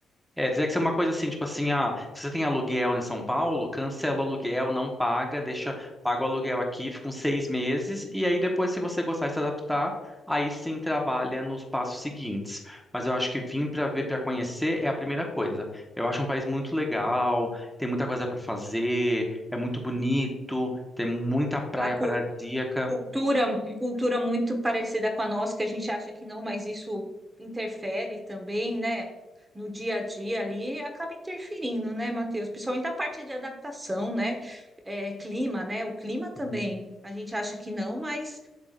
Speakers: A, in the centre; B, on the right.
A: É, teria que ser uma coisa assim, tipo assim, ah, se você tem aluguel em São Paulo, cancela o aluguel, não paga, deixa, paga o aluguel aqui, fica uns seis meses, e aí depois, se você gostar e se adaptar, aí sim trabalha nos passos seguintes. Mas eu acho que vir para ver, para conhecer é a primeira coisa. Eu acho um país muito legal, tem muita coisa para fazer, é muito bonito, tem muita praia
B: A cu-
A: paradisíaca.
B: cultura, cultura muito parecida com a nossa, que a gente acha que não, mas isso interfere também, né? No dia a dia ali, acaba interferindo, né, Matheus? Principalmente a parte de adaptação, né? É, clima, né? O clima também.
A: Uhum.
B: A gente acha que não, mas,